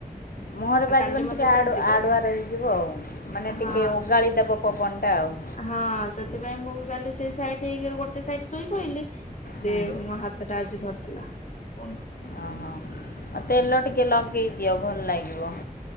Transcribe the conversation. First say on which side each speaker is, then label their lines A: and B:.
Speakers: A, on the left (about 80°); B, on the left (about 55°).
A: ମୁହଁରେ
B: ଆଉ
A: ବାଜିବନି
B: କାଲି ମତେ
A: ଟିକେ ଆଡ଼ୁ
B: ସେମିତି କହିଲେ
A: ଆଡ଼ୁଆର ହେଇଯିବୁ ଆଉ। ମାନେ ଟିକେ
B: ହଁ
A: ଓଗାଳିଦବ ପବନଟା ଆଉ।
B: ହଁ ସେଥିପାଇଁ ମୁଁ ବି କାଲି ସେଇ ସାଇଟ୍ ହେଇକିରି ଗୋଟେ ସାଇଡ ଶୋଇପଇଲି
A: ହୁଁ
B: ସେ ମୋ ହାତ୍ ତଟା ଆଜି ଧରିଦେଲା ପୁଣି
A: ଅ ହ ଅ ତେଲ ଟିକେ ଲଗେଇ ଦିଅ ଭଲ ଲାଗିବ।